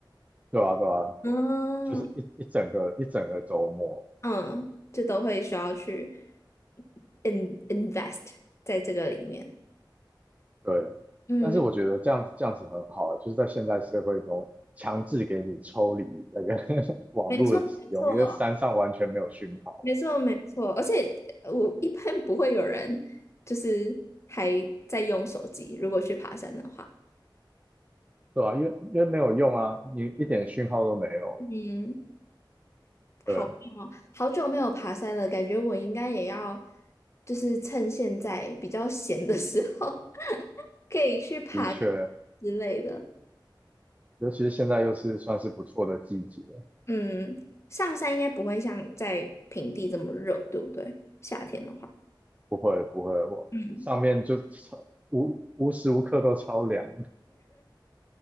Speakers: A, on the right; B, on the left.
A: 对啊，对啊，
B: <laughs>。嗯
A: 就是一一整个一整个周末。
B: 嗯，就都会需要去 in invest 在这个里面。
A: 对，
B: 嗯。
A: 但是我觉得这样这样子很好啊，就是在现代社会中强制给你抽离那个 <laughs> 网络的使用，
B: 没错，没错，
A: 因为山上完全没有讯号。
B: 没错，没错。而且呃我一般不会有人就是还在用手机，如果去爬山的话。
A: 对啊，因为因为没有用啊，你一点讯号都没有。
B: 嗯，好棒哦，
A: 对，
B: 好久没有爬山了，感觉我应该也要就是趁现在比较闲的时候，<laughs> 可以去爬个
A: 的确，
B: 之类的。
A: 尤其是现在又是算是不错的季节，
B: 嗯，上山应该不会像在平地这么热，对不对？夏天的话，
A: 不会不会，我上面就超无无时无刻都超凉。
B: 嗯。